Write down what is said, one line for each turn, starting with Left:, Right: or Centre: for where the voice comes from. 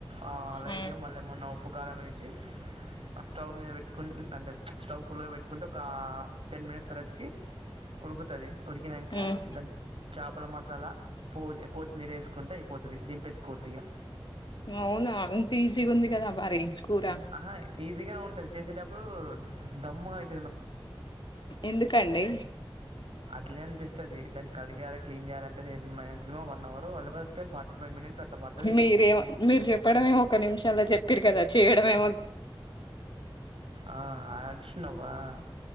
Right: ఆ లైట్గా
Left: హ్మ్
Right: మళ్ళ ఏమన్నా ఉప్పు, కారం వేసి స్టవ్ మీద పెట్టుకు అంటే స్టవ్ ఫుల్ గా పెట్టుకుంటే ఒక టెన్ మినిట్స్ సరికి ఉడుకుతది ఉడికినాక
Left: హ్మ్
Right: దాని చాపల మా మసాలా పోడి కొత్తిమీర వేసుకుంటే అయిపోతుంది దింపేసుకోవచ్చ ఇగా
Left: అవునా ఇంత ఈజీగా ఉంది కదా మరి కూర
Right: ఆహా ఈజీగానే ఉంటది చేసేటప్పుడు దమ్ము అయి
Left: ఎందుకండి
Right: అట్లనే అనిపిస్తుంది దాని కడిగాలి క్లీన్ చేయాలంటే మాక్సిమం వన్ అవర్ లేకపోతే ఫార్టీ ఫైవ్ మినిట్స్ అట్లా పడుతుంది
Left: మీరే మీరు చెప్పడం ఒక్క నిమిషల్లో చెప్పిరు కదా చేయడమే
Right: ఆ <unintelligible>